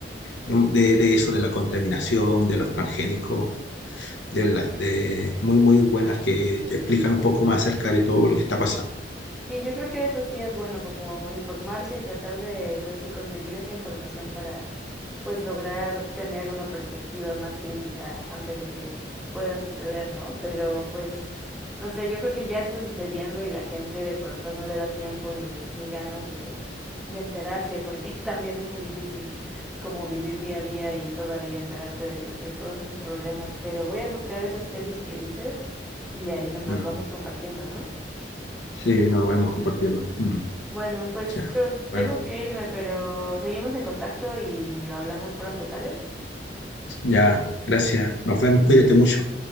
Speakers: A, on the left; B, in the centre.
A: de, de eso, de la contaminación, de los transgénicos, de, las de muy, muy buenas que te explican un poco más acerca de todo lo que está pasando.
B: Sí, yo creo que eso sí es bueno, como informarse y tratar de, pues sí, conseguir esa información para, pues, lograr tener una perspectiva más crítica ante lo que pueda suceder, ¿no? Pero, pues, no sé, yo creo que ya está sucediendo y la gente de pronto no le da tiempo ni, ni ganas de, de enterarse, porque <laughs> también es muy difícil como vivir día a día y todavía enterarte de, de todos esos problemas. Pero voy a buscar esas pelis que dices y ahí nos las
A: Mm.
B: vamos compartiendo, ¿no?
A: Sí, nos vemos compartiendo. Ujú.
B: Bueno, pues
A: Ya.
B: yo tengo
A: Bueno,
B: que irme, pero seguimos en contacto y hablamos pronto, ¿sale?
A: ya, gracias. Nos vemos, cuídate mucho.